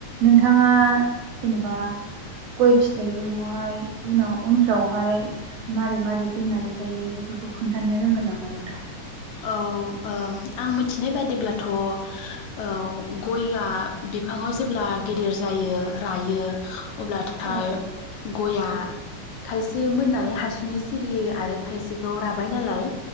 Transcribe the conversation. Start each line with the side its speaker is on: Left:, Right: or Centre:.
Right: नोंथाङा जेन'बा गय फिथाइफोरखौहाय उनाव उनफ्रावहाय मारै मारै दोननानै जायो बेफोरखौ खोन्थानो रोंगोन नामा नोंथां।
Left: औ आं मिथिनाय बाददिब्लाथ' औ गयआ बिफाङाव जेब्ला गिदिर जायो रायो अब्लाथाय
Right: औ
Left: गया खायसे मोननानै हारसिंनो सिरियो आरो खायसेखौ राबाय नालाय